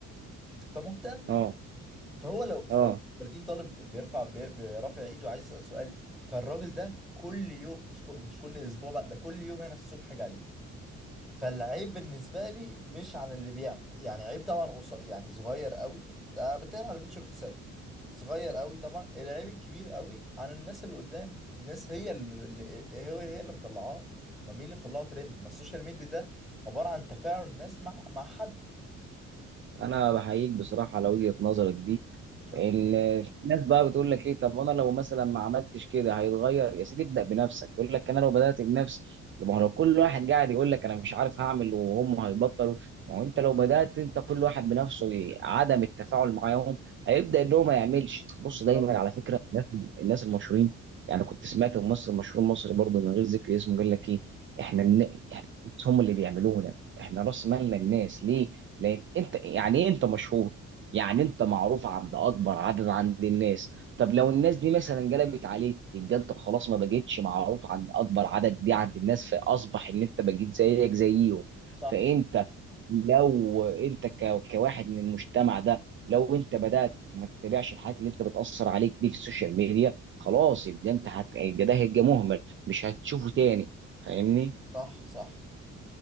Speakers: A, in the centre; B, on the right.
A: فمهتم
B: اه
A: فهو لو
B: اه
A: فهو 30 طالب بيرفع بي- بيرفع ايده عايز يسال سؤال فالراجل ده كل يوم مش كل مش كل اسبوع بقى ده كل يوم هنا الصبح جاي فالعيب بالنسبه لي مش عن اللي بيعمل يعني عيب طبعا قص... يعني صغير قوي ده أنا بتكلم على اللي بينشر فساد صغير قوي طبعا العيب الكبير قوي عن الناس اللي قدام الناس هي اللي اللي- هي هي اللي مطلعاه ما مين اللي مطلعه ترند ما السوشيال ميديا ده عباره عن تفاعل الناس مع مع حد
B: انا بحييك بصراحه على وجهه نظرك دي
A: شكرا
B: ال- في ناس بقى بتقول لك ايه طب انا لو مثلا ما عملتش كده هيتغير يا سيدي ابدا بنفسك يقول لك انا لو بدات بنفسي ما هو لو كل واحد قاعد يقول لك انا مش عارف هعمل وهم هيبطلوا ما هو انت لو بدات انت كل واحد بنفسه ي- عدم التفاعل معاهم هيبدا ان هو ما يعملش بص
A: بالظبط
B: دايما على فكره الناس الناس المشهورين يعني كنت سمعت ممثل مشهور مصري برضه من غير ذكر اسمه قال لك ايه
A: مم.
B: احنا الن- إحنا هم اللي بيعملونا احنا راس مالنا الناس ليه؟ لان انت يعني ايه انت مشهور يعني انت معروف عند اكبر عدد عند الناس طب لو الناس دي مثلا قلبت عليك يبقى انت خلاص ما بقيتش معروف عند اكبر عدد دي عند الناس فاصبح ان انت بقيت زيك زيهم
A: صح
B: فانت لو انت ك- كواحد من المجتمع ده لو انت بدأت ما تتابعش الحاجات اللي انت بتأثر عليك دي في السوشيال ميديا خلاص يبقى انت هت... يبقى ده هيبقى مهمل مش هتشوفه تاني فاهمني
A: صح صح